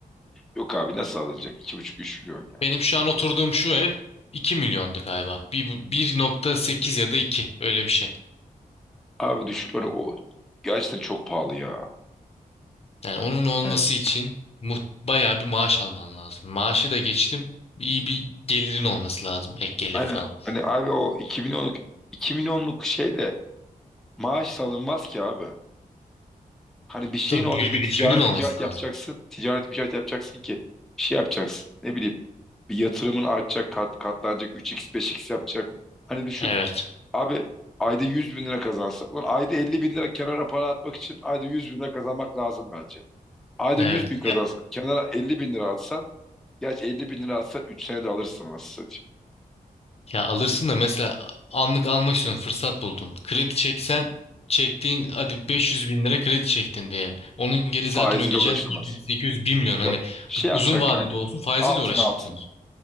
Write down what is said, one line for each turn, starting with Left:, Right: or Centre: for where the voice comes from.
Centre: Yok abi nasıl alınacak? iki buçuk üç milyon. ya
Left: Benim şu an oturduğum şu ev 2 milyondu galiba. Bir- 1,8 ya da iki öyle bir şey.
Centre: Abi düşün hani o gerçekten çok pahalı ya.
Left: Yani onun olması
Centre: Hani,
Left: için mu- bayağı bir maaş alman lazım. Maaşı da geçtim. İyi bir gelirin olması lazım. Ek gelir
Centre: aynen.
Left: falan.
Centre: Hani abi o iki milyonluk iki milyonluk şey de maaş alınmaz ki abi. Hani bir şeyin
Left: Tabii
Centre: orada
Left: bir
Centre: bir
Left: birikiminin
Centre: ticaret
Left: olması
Centre: ticaret yapacaksın.
Left: lazım.
Centre: Ticaret ticaret yapacaksın ki şey yapacaksın. Ne bileyim bir yatırımın artacak kat, katlanacak üç x beş x yapacak. Hani düşün
Left: Evet.
Centre: Abi ayda 100 bin lira kazansa. Ulan ayda 50 bin lira kenara para atmak için ayda 100 bin lira kazanmak lazım bence. Ayda
Left: Evet.
Centre: 100 bin kazansan kenara elli bin lira atsan. Gerçi 50 bin lira atsan 3 senede alırsın nasıl satayım.
Left: Ya alırsın da mesela anlık almak istiyorsun fırsat buldun. Kredi çeksen çektiğin hadi 500 bin lira kredi çektin diyelim. Onun geri
Centre: Faiziyle
Left: zaten ödeyeceksin
Centre: uğraşılmaz.
Left: 700, 800, 1 milyon hani
Centre: Yok şey yapacak
Left: uzun vadede
Centre: kanka.
Left: olsun faiziyle
Centre: Altın
Left: uğraşırsınız.
Centre: altın.